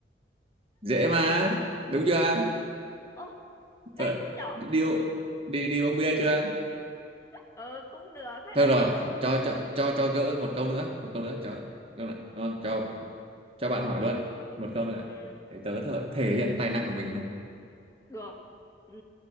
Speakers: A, on the right; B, on the left.
A: dễ mà đúng chưa
B: Ô, cay
A: Thôi,
B: thế nhở?
A: đi đi đi uống bia chưa
B: Ờ, cũng được. Hay
A: thôi
B: là
A: rồi
B: đi.
A: cho cho cho cho gỡ một câu nữa một câu nữa cho câu này đúng không? cho cho bạn hỏi luôn một câu nữa
B: Ừ,
A: để tớ thể, thể hiện tài năng của mình này
B: được. Ừ,